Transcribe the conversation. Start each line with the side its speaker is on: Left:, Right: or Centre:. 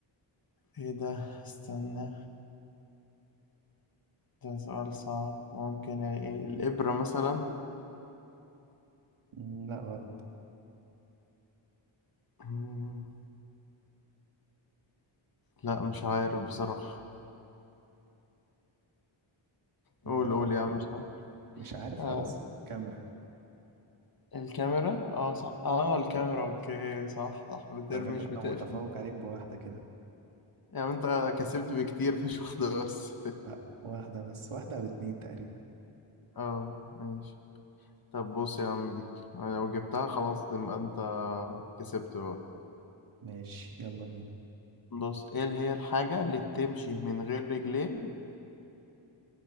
Left: ايه ده استنى ده سؤال صعب ممكن ايه الإبرة مثلا
Right: مم، لا غلط
Left: مم، لا مش عارف بصراحة
Right: الله
Left: قول
Right: يفكر
Left: قول يا عم مش عارف
Right: مش عارف
Left: آه
Right: خلاص الكاميرا
Left: الكاميرا اه صح اه الكاميرا اوكي صح صح بترمش
Right: على فكرة
Left: بتقفل
Right: انا متفوق عليك بواحدة كده
Left: يعني انت كسبت بكتير مش واحدة بس
Right: لا واحدة بس واحدة او اتنين تقريبا
Left: <laughs> اه ماشي طب بص يا عم دي أنا لو جبتها خلاص تبقى انت كسبت بقى
Right: ماشي يلا بينا
Left: بص ايه هي الحاجة اللي بتمشي من غير رجلين